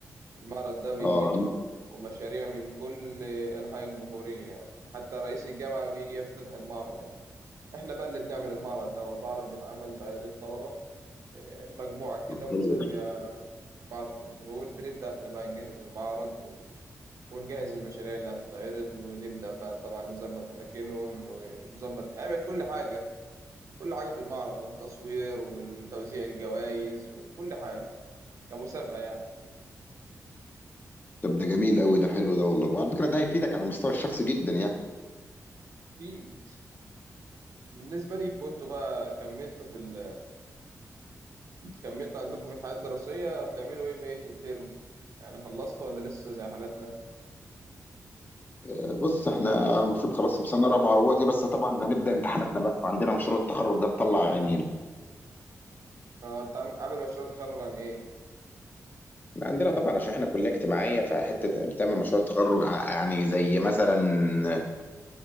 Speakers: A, on the right (about 65°); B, on the left (about 30°).
A: المعرض ده بيجيله
B: اه
A: مشاريع من كل أنحاء الجمهورية يعني حتى رئيس الجامعة بيجي يفتتح المعرض يعني احنا بقى اللي بنعمل المعرض ده والمعرض بيتعمل بأيادي الطلبة إيه، مجموعة كده بنسميها
B: حلو ده
A: معرض كنترول بنبدأ احنا بقى نجهز المعرض و- ونجهز المشاريع اللي هتتعرض ونبدأ بقى طبعا نظبط أماكنهم ونظبط نعمل كل حاجة كل حاجة في المعرض والتصوير والتوزيع الجوائز وكل حاجة كمسابقة يعني
B: طب ده جميل قوي ده حلو ده والله وعلى فكره ده هيفيدك على المستوى الشخصي جدا يعني
A: أكيد بالنسبة ليكوا انتوا بقى كملتوا في ال... كملتوا عندكم في الحياة الدراسية بتعملوا ايه بقية الترم يعني خلصتوا ولا لسه زي حالتنا؟
B: آه، بص احنا المفروض خلاص في سنه رابعه اهوت بس طبعا هنبدا امتحاناتنا بقى وعندنا مشروع التخرج ده مطلع عينينا
A: هو انت عم- عامل مشروع تخرج عن ايه؟
B: احنا عندنا طبعا عشان احنا كليه اجتماعيه فحته بتعمل مشروع تخرج ع- يعني زي مثلا